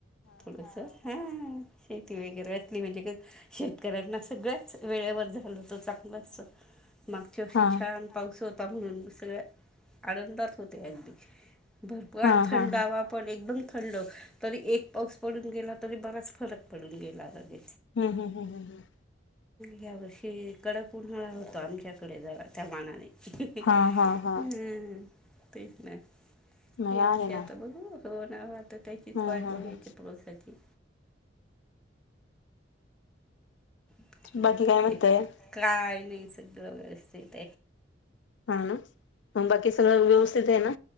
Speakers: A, in the centre; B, on the left.
A: पुस हा शेती वगैरे म्हणजे शेतकऱ्यांना सगळ्याच वेळेवर झालं त चांगलं अस मागच्याशी
B: हा
A: छान पाऊस होता म्हणून सगळ आनंदात होते अगदी भरपूर आणि
B: हा
A: थंड
B: हा हा हम्म
A: हवा पण एकदम थंड तरी एक पाऊस पडून गेला तरी बराच फरक पडून गेलादी
B: हम्म हम्म हम्म हम्म हम
A: या वर्षी कडक उन्हाळा होतो आमच्याकडे जरा त्या मानाने
B: हा हा हा
A: हम् तेच नावस
B: नाही आहे ना
A: आता बघू हो ना तर त्याचीच
B: हम्म
A: वाट
B: हम्म
A: बघायची
B: हम्म
A: पावसाची आहे
B: बाकी काय म्हणतय
A: काय नाही सगळ व्यवस्थित
B: हा ना बाकी सगळं व्यवस्थित आहे ना